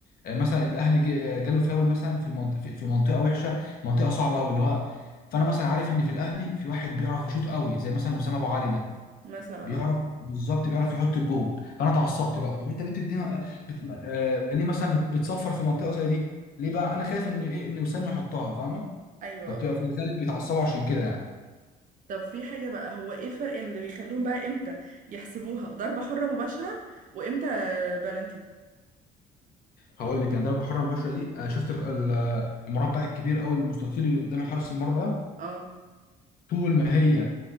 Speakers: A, on the left (about 60°); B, on the right (about 50°).
A: آه، مثلا الاهلي ج- آه، جاله فاول مثلا في المنطقه في في منطقه وحشه منطقه صعبه قوي اللي هو فانا مثلا عارف ان في الاهلي في واحد بيعرف يشوط قوي زي مثلا وسام ابو علي ده
B: مثلا
A: بيعرف
B: اه
A: بالظبط بيعرف يحط الجول فانا اتعصبت بقى طب انت ليه بتدينا بت... آه... ليه مثلا بت... بتصفر في منطقه زي دي ليه بقى انا خايف ان ايه ان وسام يحطها فاهمه
B: ايوه
A: فبتبقى
B: اه
A: في الغالب بيتعصبوا عشان كده يعني
B: طب في حاجة بقى هو ايه الفرق اللي بيخلوهم بقى امتى يحسبوها ضربة حرة مباشرة وامتى بلنتي
A: هقول لك يعني ضربه حره مباشره دي آه، شفت ال- ال- المربع الكبير او المستطيل اللي قدام حارس المرمى ده
B: اه
A: طول ما هي